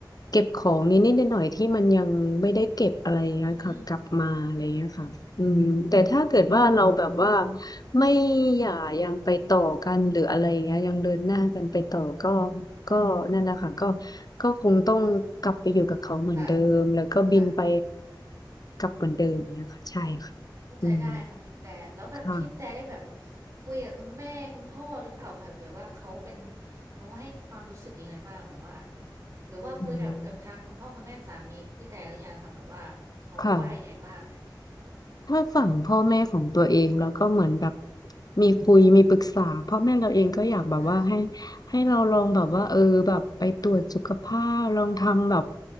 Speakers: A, on the left; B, on the right.
A: เก็บของนิดนิดหน่อยๆที่มันยังไม่ได้เก็บอะไรเงี้ยค่ะกลับมาอะไรเงี้ยค่ะอืมแต่ถ้าเกิดว่าเราแบบว่า
B: อืมอืม
A: ไม่อย่ายังไปต่อกันหรืออะไรอย่างเงี้ยยังเดินหน้ากันไปต่อก็ก็นั่นแหละค่ะก็ก็คงต้องกลับไปอยู่กับเขาเหมือนเดิมแล้วก็บินไป
B: อ่าค่ะค่ะอืม
A: กลับเหมือนเดิมเนี่ยค่ะใช่ค่ะอืม
B: เข้าใจได้ค่ะพี่แต่แล้วแบบพี่แต่ได้แบบ
A: ค่ะ
B: คุยกับคุณแม่คุณพ่อหรือเปล่าคะแบบว่าเขาเป็นเขาให้ความรู้สึกยังไงบ้างแบบว่าหรือว่าคุยกับกับทางคุณพ่อคุณแม่สามีพี่แต่หรือยังคะแบบว่าเขาว่ายังไงบ้าง
A: อืมค่ะ ถ้าฝั่งพ่อแม่ของตัวเองเราก็เหมือนแบบมีคุยมีปรึกษาพ่อแม่เราเองก็อยากแบบว่าให้
B: อ่า
A: ให้เราลองแบบว่าเออแบบไปตรวจสุขภาพลองทำแบบ